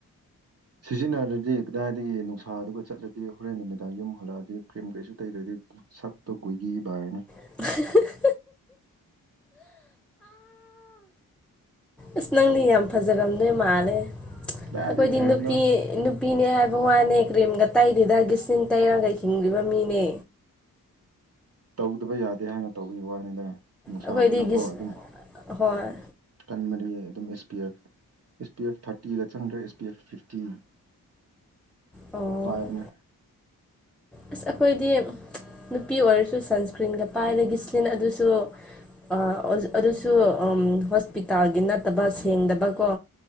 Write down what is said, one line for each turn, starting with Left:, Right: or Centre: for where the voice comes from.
Right: ꯁꯤꯖꯤꯟꯅꯔꯗꯤ ꯀꯗꯥꯏꯗꯒꯤ ꯅꯨꯡꯁꯥꯗꯨ ꯆꯠꯂꯗꯤ ꯍꯣꯔꯦꯟ ꯅꯨꯃꯤꯗꯥꯡ ꯌꯨꯝ ꯍꯜꯂꯛꯑꯗꯤ ꯀ꯭ꯔꯤꯝ ꯀꯩꯁꯨ ꯇꯩꯗ꯭ꯔꯗꯤ ꯁꯛꯇꯣ ꯀꯣꯏꯒꯤ ꯕꯥꯔꯅꯤ
Centre: <unintelligible> ꯑꯁ ꯅꯪꯗꯤ ꯌꯥꯝ ꯐꯖꯔꯝꯗꯣꯏ ꯃꯥꯜꯂꯦ
Right: ꯀꯗꯥꯏꯗꯒꯤ
Centre: ꯑꯩꯈꯣꯏꯗꯤ
Right: ꯐꯖꯕꯅꯣ
Centre: ꯅꯨꯄꯤ ꯅꯨꯄꯤꯅꯦ ꯍꯥꯏꯕ ꯋꯥꯅꯦ ꯀ꯭ꯔꯤꯝꯒ ꯇꯩꯗꯦꯗ ꯒꯤꯁꯤꯔꯤꯟ ꯇꯩꯔꯒ ꯍꯤꯡꯔꯤꯕ ꯃꯤꯅꯦ
Right: ꯇꯧꯗꯕ ꯌꯥꯗꯦ ꯍꯥꯏꯅ ꯇꯧꯕꯒꯤ ꯋꯥꯅꯤꯗ ꯅꯨꯡꯁꯥꯗꯨꯅꯀꯣ
Centre: ꯑꯩꯈꯣꯏꯗꯤ ꯒꯤꯁ
Right: ꯑꯗꯨꯝ
Centre: ꯍꯣꯏ
Right: ꯀꯟ ꯃꯔꯤ ꯑꯗꯨꯝ S P F S P F ꯊꯥꯔꯇꯤꯒ ꯆꯪꯗ꯭ꯔꯦ ꯑꯦꯁ ꯄꯤ ꯑꯦꯐ ꯐꯤꯐꯇꯤ
Centre: ꯑꯣ
Right: ꯄꯥꯏꯕꯅꯦ
Centre: ꯑꯁ ꯑꯩꯈꯣꯏꯗꯤ ꯅꯨꯄꯤ ꯑꯣꯏꯔꯁꯨ ꯁꯟꯁꯀ꯭ꯔꯤꯟꯒ ꯄꯥꯏ ꯑꯗꯒꯤ ꯒꯤꯜꯁꯂꯤꯟ ꯑꯗꯨꯁꯨ ꯑ ꯑꯗꯨꯁꯨ ꯑꯝ ꯍꯣꯁꯄꯤꯇꯥꯜꯒꯤ ꯅꯠꯇꯕ ꯁꯦꯡꯗꯕꯀꯣ